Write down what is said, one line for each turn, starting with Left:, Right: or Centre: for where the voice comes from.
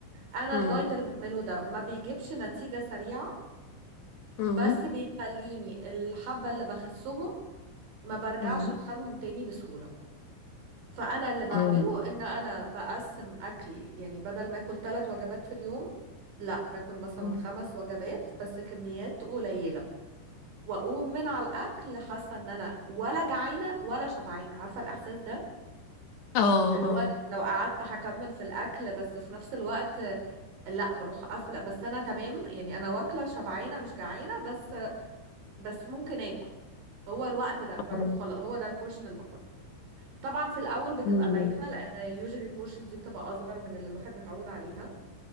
Right: انا
Left: أمم.
Right: الدايت اللي بعمله ده ما بيجيبش نتيجه سريعه
Left: أمم.
Right: بس بيخليني الحبة اللي بخسهم ما برجعش
Left: أمم.
Right: اتخنهم تاني بسهولة فأنا اللي بعمله
Left: أمم.
Right: إن أنا بقسم أكلي يعني بدل ما أكل ثلاث وجبات في اليوم لا باكل مثلا
Left: أمم.
Right: خمس وجبات بس كميات قليلة وأقوم من على الأكل حاسة إن أنا ولا جعانة ولا شبعانة عارفة الإحساس ده
Left: اه
Right: اللي
Left: اه
Right: هو لو قعدت هكمل في الأكل بس في نفس الوقت لا بروح قافله بس انا تمام يعني انا واكله شبعانه مش جعانه بس بس ممكن اكل هو الوقت ده
Left: اه
Right: بروح خلاص هو ده البورشن اللي باكلها طبعا في الاول بتبقى
Left: أمم.
Right: بايخه لان يوجوالي البورشن دي بتبقى اصغر من اللي الواحد متعود عليها